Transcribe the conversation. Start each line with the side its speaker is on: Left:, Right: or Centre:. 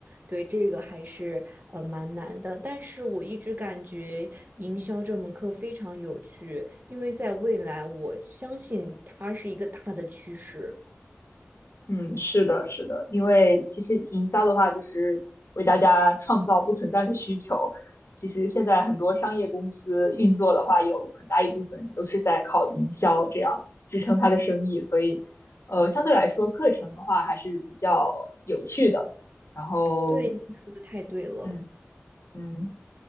Right: 对，这个还是呃蛮难的。但是我一直感觉营销这门课非常有趣，因为在未来，我相信它是一个大的趋势。
Left: 嗯，是的，是的，因为其实营销的话，就是为大家创造不存在的需求。其实现在很多商业公司运作的话，有很大一部分都是在靠营销这样支撑它的生意，所以，呃，相对来说，课程的话还是比较有趣的。然后，
Right: 对，你说的太对了。
Left: 嗯嗯